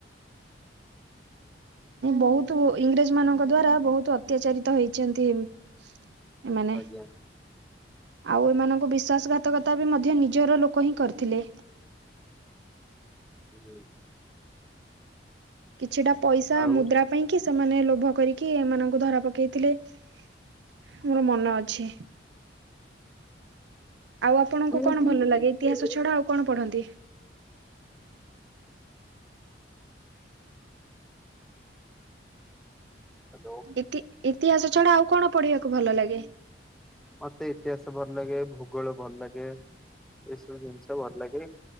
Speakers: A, on the right; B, in the centre.
A: ବହୁତ ଇଂରେଜ ମାନଙ୍କ ଦ୍ଵାରା ବହୁତ ଅତ୍ୟାଚାରିତ ହେଇଛନ୍ତି। ଏମାନେ
B: ଆଜ୍ଞା
A: ଆଉ ଏମାନଙ୍କୁ ବିଶ୍ୱାସଘାତକତା ବି ମଧ୍ୟ ନି ଜର ଲୋକ ହିଁ କରିଥିଲେ।
B: ହୁଁ।
A: କିଛିଟା ପଇସା
B: ଆଉ
A: ମୁଦ୍ରା ପାଇଁ। କି ସେମାନେ ଲୋଭ କରିକି ଏମାନଙ୍କୁ ଧରା ପକେଇଥିଲେ ମୋର ମନ ଅଛି। ଆଉ ଆପଣଙ୍କୁ
B: ହ୍ୟାଲୋ
A: କଣ ଭଲ ଲାଗେ ଇତିହାସ ଛଡା ଆଉ କଣ ପଢନ୍ତି?
B: ହ୍ଯାଲୋ।
A: ଇତି ଇତିହାସ ଛଡା ଆଉ କଣ ପଢିବାକୁ ଭଲ ଲାଗେ?
B: ମତେ ଇତିହାସ ଭଲ ଲାଗେ ଭୂଗୋଳ ଭଲ ଲାଗେ ଏସବୁ ଜିନିଷ ଭଲ ଲାଗେ।